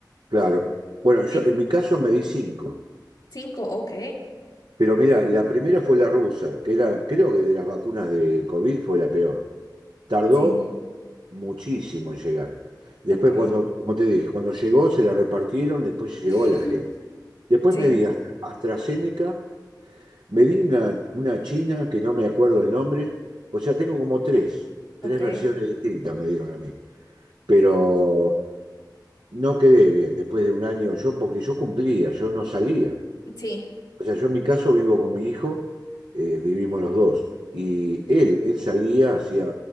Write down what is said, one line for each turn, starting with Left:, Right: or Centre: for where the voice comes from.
Right: claro. Bueno, yo
Left: Sí,
Right: en mi caso me di cinco.
Left: cinco, ok.
Right: Pero mira, la primera fue la rusa, que era, creo que de las vacunas del COVID fue la peor. Tardó
Left: Sí,
Right: muchísimo en llegar. Después,
Left: ok.
Right: cuando, como te dije, cuando llegó se la repartieron, después llegó
Left: <laughs>
Right: a la gente. Después
Left: Sí,
Right: me di Astra- AstraZeneca, me di una, una china que no me acuerdo el nombre. O sea, tengo como tres, tres
Left: ok.
Right: versiones distintas me dieron a mí. Pero No quedé bien después de un año yo, porque yo cumplía, yo no salía.
Left: Sí,
Right: O sea, yo en mi caso vivo con mi hijo, eh, vivimos los dos. Y él, él salía, hacía